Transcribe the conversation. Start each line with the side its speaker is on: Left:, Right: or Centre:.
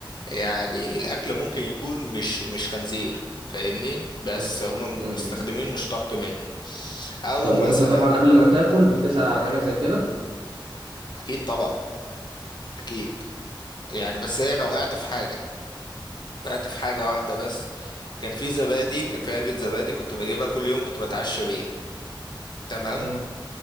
Left: يعني الاكل ممكن يكون مش مش خنزير فاهمني بس
Right: مم.
Left: هم
Right: مم.
Left: مستخدمين مشتق منه او
Right: طب
Left: بتعملوا
Right: وانت
Left: مثلا
Right: طبعا
Left: سمك
Right: قبل ما تاكل بتسأل على حاجه زي كده
Left: اكيد طبعا اكيد يعني بس هي انا وقعت في حاجه وقعت في حاجه واحده بس كان في زبادي كان في علبه زبادي كنت بجيبها كل يوم كنت بتعشى بيها تمام
Right: ايه